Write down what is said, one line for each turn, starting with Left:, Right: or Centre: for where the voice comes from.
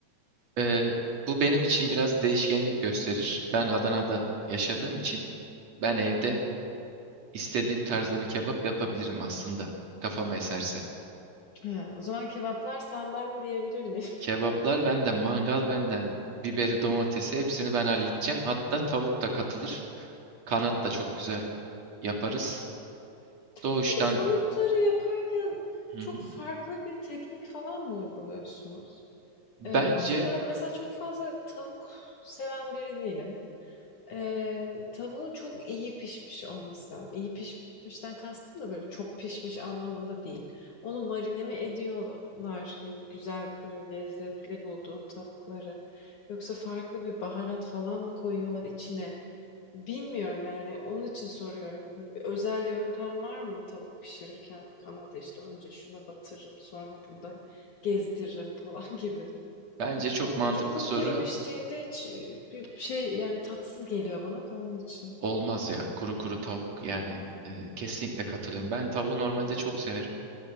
Right: e, bu benim için biraz değişkenlik gösterir. Ben Adana'da yaşadığım için ben evde istediğim tarzda bir kebap yapabilirim aslında kafama eserse.
Left: He, o zaman kebaplar senden diyebilir miyim?
Right: Kebaplar benden, mangal benden, biberi, domatesi hepsini ben halledeceğim. Hatta tavuk da katılır. Kanat da çok güzel yaparız.
Left: <laughs>
Right: Doğuştan
Left: Bu kanatları yaparken
Right: Hı
Left: çok
Right: hı.
Left: farklı bir teknik falan mı uyguluyorsunuz?
Right: bence
Left: E, çünkü ben mesela çok fazla tavuk seven biri değilim. Eee, tavuğun çok iyi pişmiş olması, iyi pişmişten kastım da böyle çok pişmiş anlamında değil. Onu marine mi ediyorlar? Hani güzel böyle lezzetli bulduğum tavukları. Yoksa farklı bir baharat falan mı koyuyorlar içine? Bilmiyorum yani. Onun için soruyorum. Böyle bir özel yöntem var mı tavuk pişirirken? Kanada işte önce şuna batırırım, sonra bunda gezdiririm falan <laughs> gibi.
Right: bence çok mantıklı
Left: Önce kupkuru
Right: soru
Left: piştiğinde hiç e, bir şey yani tatsız geliyor bana da onun için.
Right: olmaz ya. Kuru kuru tavuk yani e, kesinlikle katılıyorum. Ben tavuğu normalde çok severim